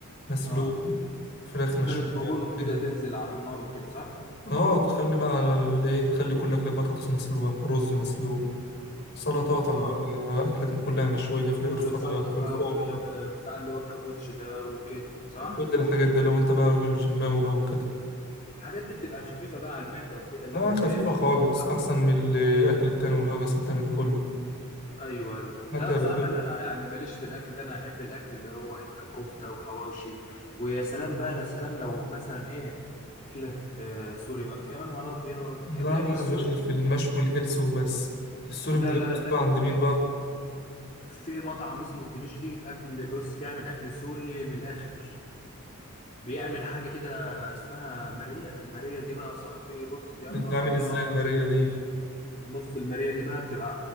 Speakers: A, on the left; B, on the left.
A: مسلوق
B: اه
A: فراخ مشوية
B: عشان الدهون وكده
A: كده
B: تنزل على النار وكده صح
A: اه تخلي بقى الايه تخلي كل اكلك بطاطس مسلوقة رز مسلوق سلطاتك
B: اه
A: بقى اكلك كلها مشوية في الاير
B: وسلطه
A: فراير في الفرن
B: بقى وبتاع اللي هو الكابوتش ده وكده صح
A: كل الحاجات ده لو انت بقى راجل جيماوي بقى وكده
B: الحاجات دي بتبقى خفيفه بقى على المعده وكده اللي
A: لا
B: ما تتعبش
A: خفيفة خالص
B: صح
A: أحسن من الأكل التاني والهجس التاني ده كله
B: ايوه ايوه لا
A: حتى
B: بصراحه
A: بخ...
B: انا يعني ماليش في الاكل ده انا احب الاكل اللي هو يبقى كفته وحواوشي ويا سلام بقى لا سلام لو مثلا ايه اكله آه، سوري بقى يا نهار ابيض
A: لا
B: تحب الاكل
A: لا
B: السوري
A: أنا ماليش غير في المشوي الهلس وبس السوري
B: لا
A: بتجيب
B: لا
A: السوري
B: الاكل
A: عند مين بقى؟
B: في مطعم اسمه الدمشقي اكل بص بيعمل اكل سوري من الاخر بيعمل حاجه كده اسمها ماريا الماريا دي بقى يا صاحبي بص يا
A: بتتعمل
B: نهار ابيض
A: إزاي المارية دي؟
B: بص الماريا دي بقى بتبقى